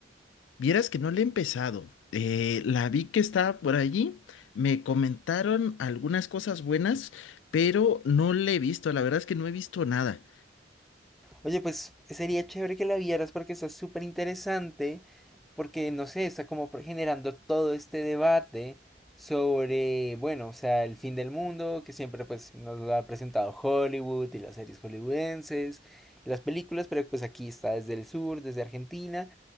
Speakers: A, on the left; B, in the centre.
A: Vieras que no le he empezado. Eh, la vi que estaba por allí, me comentaron algunas cosas buenas, pero no le he visto, la verdad es que no he visto nada.
B: Oye, pues sería chévere que la vieras porque está súper interesante, porque no sé, está como pro- generando todo este debate sobre, bueno, o sea, el fin del mundo, que siempre pues nos lo ha presentado Hollywood y las series hollywoodenses y las películas, pero pues aquí está desde el sur, desde Argentina.